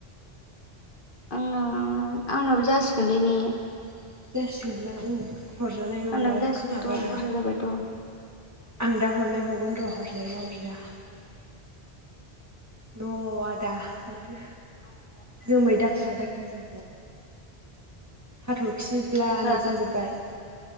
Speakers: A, on the left (about 55°); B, on the right (about 15°).
A: आंना आंनाबो जासिगोनलै ने
B: जासिगोनदां। हरजानाय नंला
A: आंनाबो जासिगोनथ'
B: रोखोम बाराबा
A: बुरजा जाबायथ'।
B: आं दा हरनायबाव न रहरलायना हरजाया न' आदा माथो जोमै दाखा दाखा ज हाथरखिब्ला
A: हो
B: नुजाजोब्बाय